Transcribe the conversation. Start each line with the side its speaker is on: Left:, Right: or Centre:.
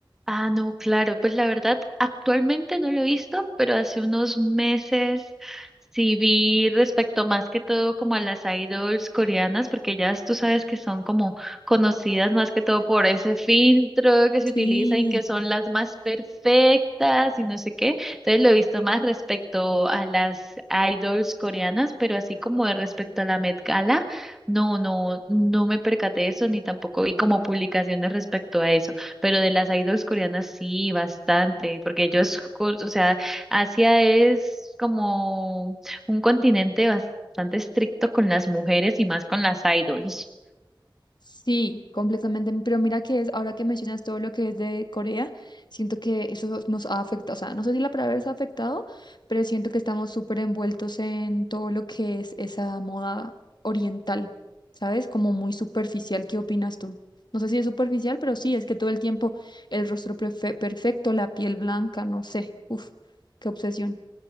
Centre: Ah, no, claro, pues la verdad, actualmente no lo he visto, pero hace unos meses sí vi respecto más que todo como a las idols coreanas, porque ellas tú sabes que son como conocidas más que todo por ese filtro que se
Left: Sí.
Centre: utiliza en que son las más perfectas y no sé qué. Entonces lo he visto más respecto a las idols coreanas, pero así como de respecto a la Met Gala, no, no, no me percaté de eso ni tampoco vi como publicaciones respecto a eso pero de las idols coreanas sí, bastante, porque ellos, cu- o sea, Asia es como un continente bastante estricto con las mujeres y más con las idols.
Left: Sí, completamente. Pero mira que es, ahora que mencionas todo lo que es de Corea, siento que eso nos ha afectado. O sea, no sé si la palabra es afectado, pero siento que estamos súper envueltos en todo lo que es esa moda oriental, ¿sabes? Como muy superficial. ¿Qué opinas tú? No sé si es superficial, pero sí, es que todo el tiempo el rostro perfe- perfecto, la piel blanca, no sé. Uf, qué obsesión.